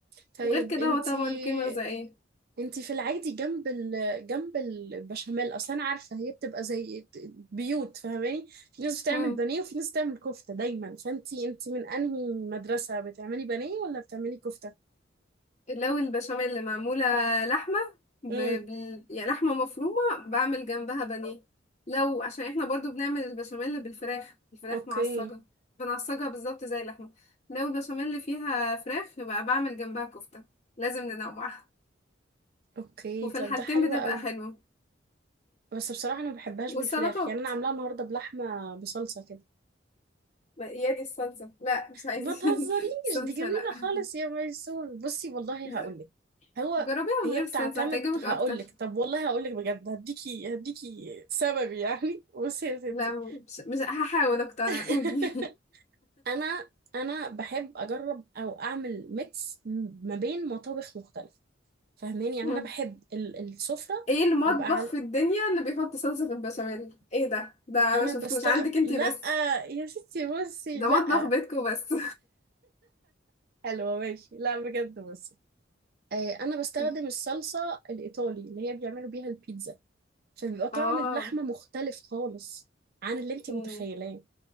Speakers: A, on the right (about 55°); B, on the left (about 40°).
A: طيب
B: وغير كده
A: انتي
B: هو طبعا قيمة غذائية
A: انتي في العادي جنب ال... جنب البشاميل أصلا أنا عارفة هي بتبقى زي بيوت فاهماني في ناس بتعمل
B: مم.
A: بانيه وفي ناس بتعمل كفتة دايما فانتي انتي من أنهي مدرسة بتعملي بانيه ولا بتعملي كفتة؟
B: لو البشاميل اللي معمولة لحمة ب...
A: امم
B: بال... يعني لحمة مفرومة بعمل جنبها بانيه لو عشان احنا برضو بنعمل البشاميل بالفراخ الفراخ
A: اوكي
B: معصجة بنعصجها بالظبط زي اللحمة لو البشاميل اللي فيها فراخ يبقى بعمل جنبها كفتة لازم ننوعها
A: اوكي
B: وفي
A: طب
B: الحالتين
A: ده حلو
B: بتبقى
A: قوي
B: حلوة
A: بس بصراحة أنا ما بحبهاش
B: والسلطات
A: بالفراخ يعني أنا عاملاها النهاردة بلحمة بصلصة كده
B: يا دي الصلصة لا مش عايزين
A: ما تهزريش
B: <laughs> صلصة
A: دي جميلة
B: لا
A: خالص يا ميسون بصي والله
B: ج-
A: هقولك هو
B: جربيها من
A: هي
B: غير
A: بتعتمد
B: الصلصة هتعجبك
A: هقولك
B: أكتر
A: طب والله هقولك بجد هديكي هديكي سبب يعني <laughs> بصي يا ستي
B: لا مش, مش هحاول أقتنع
A: <laughs>
B: قولي
A: انا انا بحب اجرب او اعمل ميكس ما بين مطابخ مختلفه فاهماني يعني
B: <laughs>
A: انا بحب ال- السفره
B: ايه المطبخ
A: يبقى على
B: في الدنيا اللي بيحط صلصة في البشاميل ايه ده ده
A: انا
B: ما شفتوش
A: بستغل
B: عندك انتي
A: لا
B: بس
A: يا ستي بصي
B: ده
A: لا
B: مطبخ بيتكو بس
A: حلوه ماشي لا بجد بصي آه، انا بستخدم
B: <laughs>
A: الصلصه الايطالي اللي هي بيعملوا بيها البيتزا فبيبقى طعم
B: اه
A: اللحمة مختلف خالص عن اللي انتي
B: مم.
A: متخيلاه